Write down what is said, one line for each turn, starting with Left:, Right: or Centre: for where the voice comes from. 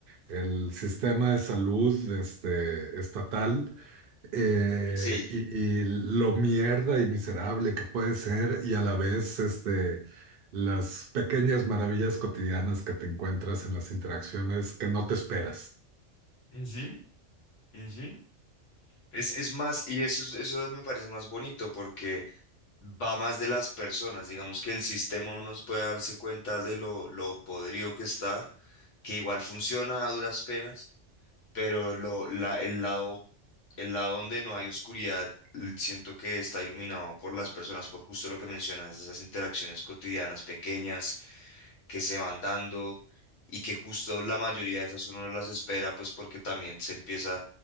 Right: el sistema de salud este, estatal eh,
Left: sí.
Right: y, y lo mierda y miserable que puede ser y a la vez este, las pequeñas maravillas cotidianas que te encuentras en las interacciones que no te esperas.
Left: Ujú, ujú. Es, es más, y eso, es- eso me parece más bonito porque va más de las personas. Digamos que el sistema uno puede darse cuenta de lo, lo podrido que está, que igual funciona a duras penas pero lo, la, el lado, el lado donde no hay oscuridad, l- siento que está iluminado por las personas, por justo lo que mencionas, esas interacciones cotidianas pequeñas que se van dando y que justo la mayoría de esas uno no las espera, pues porque también se empieza,